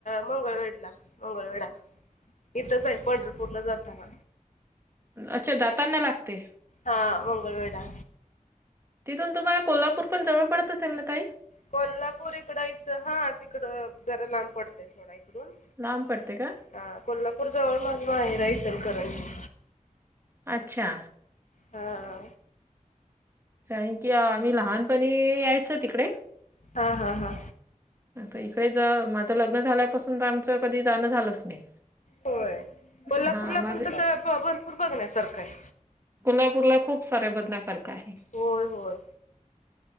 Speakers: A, on the left; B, on the right.
A: मंगळवेढला मंगळवेढा इथंच आहे पंढरपूरला जाताना.
B: अच्छा जातांना लागतंय.
A: हा मंगळवेडा.
B: तिथून तुम्हाला कोल्हापूर पण जवळ पडत असेल ना ताई.
A: कोल्हापूर इकड इथं हा तिकडं जरा लांब पडतेय सोडा. इडून
B: लांब पडते का?
A: हा कोल्हापूर जवळ माझ माहेर आहे इचलकरंजी.
B: अच्छा.
A: हा हा.
B: कारण की आम्ही लहानपणी यायचो तिकडे.
A: हा हा हा.
B: इकडेच माझं लग्न झाल्यापासून त आमचं कधी जाणं झालंच नाही.
A: होय कोल्हापूरला
B: हा माझे
A: पण तसं भरपूर बघण्यासारखं हाय.
B: कोल्हापूरला खूप साऱ्या बघण्यासारखं आहे.
A: होय होय